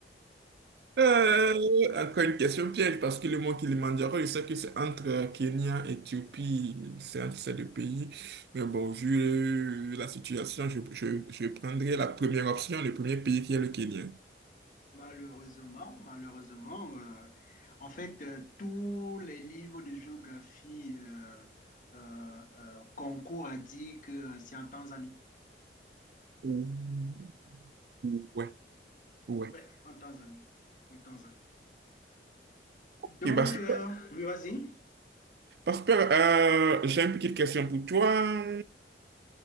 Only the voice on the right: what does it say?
Euh, encore une question piège, parce que le mot Kilimandjaro, je sais que c'est entre Kenya, Éthiopie, c'est entre ces deux pays. Mais bon, vu euh, la situation, je, je, je prendrai la première option, le premier pays qui est le Kenya.
Ouh, Ouais, ouais.
Et bah, super.
Bah, super. Euh, j'ai une petite question pour toi.